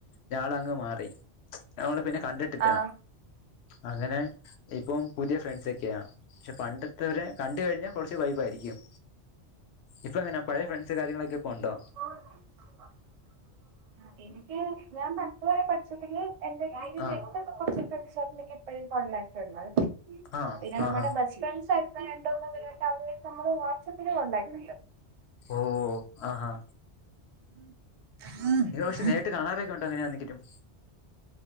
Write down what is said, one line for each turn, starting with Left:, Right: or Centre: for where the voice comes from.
Left: ഞൾ അങ്ങ് മാറി ഞള് പിന്നെ കണ്ടിട്ടിട്ടാ
Right: ആ
Left: അങ്ങനെ ഇപ്പം പുതിയ ഫ്രണ്ട്സ ഒക്കെയാണ് പക്ഷെ പണ്ട് കണ്ട് കഴിഞ്ഞാൽ കുറച്ച് വൈബായിരിക്കും ഇപ്പ എങ്ങനെ
Right: ആ
Left: പഴയ ഫ്രണ്ട്സ് കാര്യങ്ങളൊക്കെ ഇപ്പ ഉണ്ടോ
Right: <unintelligible> എനിക്ക് ഞാൻ പത്ത് വരെ പഠിച്ചിട്ടെില് <unintelligible>
Left: ആ
Right: എട്ട് കൊറച്ച കസക്ക് ഇപ്പഴും കോണ്ടാക്ട് ഉണ്ട്
Left: ആ
Right: പിന്നെ നമ്മുടെ
Left: ആഹാ
Right: ബസ്റ്റ് ഫ്രണ്ട്സ് ആയിരുന്നു രണ്ടോന്ന് പരുമായിട്ട് അവര നമ്മള് വാട്സആപ്പില് കൊണ്ടാക്ക
Left: ഓ ആഹ്ഹാ
Right: ഉണ്ട്
Left: ഇത് പക്ഷെ നേരിട്ട് കാണാറ ക്കൊ ഉണ്ടോങ്ങനാന്നങ്കലും